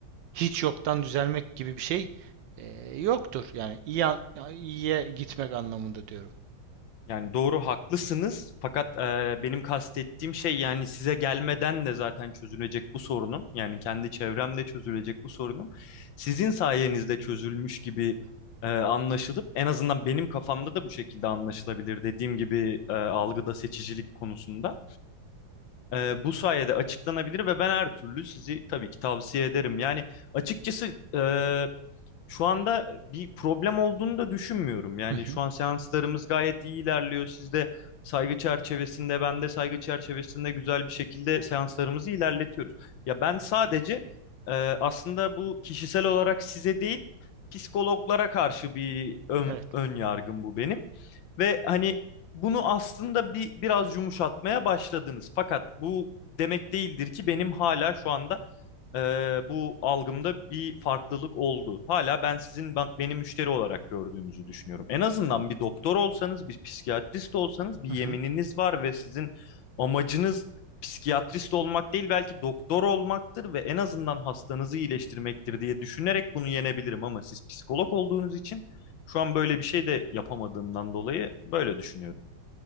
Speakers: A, on the right (about 70°); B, on the left (about 70°).
A: hiç yoktan düzelmek gibi bir şey e, yoktur. Yani iyi an- iyiye gitmek anlamında diyorum.
B: Yani doğru haklısınız fakat e, benim kastettiğim şey yani size gelmeden de zaten çözülecek bu sorunum. Yani kendi çevremde çözülecek bu sorunum. Sizin sayenizde çözülmüş gibi e, anlaşılıp en azından benim kafamda da bu şekilde anlaşılabilir dediğim gibi e, algıda seçicilik konusunda. E, bu sayede açıklanabilir ve ben her türlü sizi tabii ki tavsiye ederim. Yani açıkçası e, şu anda bir problem olduğunu da düşünmüyorum. Yani
A: Hı hı.
B: şu an seanslarımız gayet iyi ilerliyor. Siz de saygı çerçevesinde, ben de saygı çerçevesinde güzel bir şekilde seanslarımızı ilerletiyoruz. Ya ben sadece e, aslında bu kişisel olarak size değil, psikologlara karşı bir ön,
A: Evet.
B: ön yargım bu benim. Ve hani bunu aslında bir biraz yumuşatmaya başladınız. Fakat bu demek değildir ki benim hala şu anda e, bu algımda bir farklılık oldu. Hala ben sizin ben- beni müşteri olarak gördüğünüzü düşünüyorum. En azından bir doktor olsanız, bir psikiyatrist olsanız bir
A: Hı
B: yemininiz
A: hı.
B: var ve sizin amacınız psikiyatrist olmak değil belki doktor olmaktır ve en azından hastanızı iyileştirmektir diye düşünerek bunu yenebilirim ama siz psikolog olduğunuz için şu an böyle bir şey de yapamadığımdan dolayı böyle düşünüyorum.